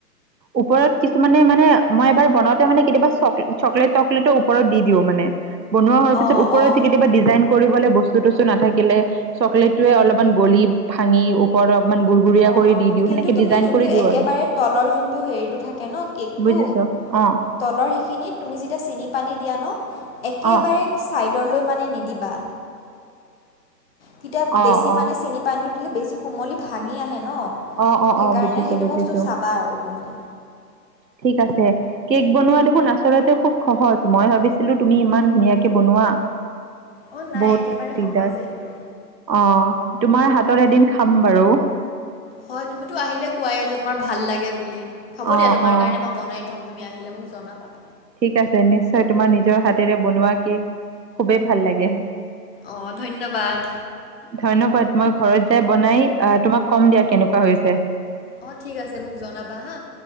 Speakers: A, on the right; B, on the left.
A: ওপৰত কিছুমানে মানে মই এবাৰ বনাওঁতে মানে কেতিয়াবা চক চকলেট টকলেটৰ ওপৰত দি দিওঁ মানে বনোৱা হোৱাৰ পিছত
B: অঁ
A: ওপৰতে
B: অঁ
A: কেতিয়াবা ডিজাইন কৰিবলৈ বস্তু তস্তু নাথাকিলে চকলেটটোৱে অলপমান গলি ভাঙি ওপৰত অকমান গু গুৰিয়া
B: অঁ
A: কৰি
B: অঁ
A: দি দিওঁ
B: কিন্তু
A: সেনেকে
B: তুমি
A: ডিজাইন
B: যোনটো
A: কৰি দি দিওঁ
B: একেবাৰে
A: আৰু
B: তলৰ যোনটো হেৰিটো থাকে ন কেকটো
A: বুজিছো অ
B: তলৰ সিখিনিত তুমি যেতিয়া চেনি পানী দিয়া ন একেবাৰে
A: অ
B: চাইডলৈ মানে নিদিবা তেতিয়া
A: অ
B: বেছি
A: অ
B: মানে চেনি পানীটো দিলে বেছি কোমলি ভাঙি আহে ন
A: অ অ
B: সেইকাৰণে
A: অ বুজিছো
B: সেইটো
A: বুজিছো
B: বস্তু চাবা আৰু তুমি।
A: ঠিক আছে। কেক বনোৱা দেখোন আচলতে খুব সহজ মই ভাবিছিলো তুমি ইমান ধুনীয়াকে বনোৱা।
B: অঁ নাই
A: বহুত
B: একেবাৰে
A: দিগদাৰ
B: সহজে সেইটো
A: অ' তোমাৰ হাতৰ এদিন খাম বাৰু।
B: হয়, তুমিটো আহিলে কোৱাই যে তোমাৰ ভাল লাগে বুলি হ'ব
A: অ
B: দিয়া তোমাৰ
A: অ
B: কাৰণে মই বনাই থম তুমি আহিলে মোক জনাবা।
A: ঠিক আছে। নিশ্চয় তোমাৰ নিজৰ হাতেৰে বনোৱা কেক খুবেই ভাল লাগে।
B: অ' ধন্যবাদ।
A: ধন্যবাদ মই ঘৰত যাই বনাই এ তোমাক কম দিয়া কেনেকুৱা হৈছে।
B: অ' ঠিক আছে মোক জনাবা হা।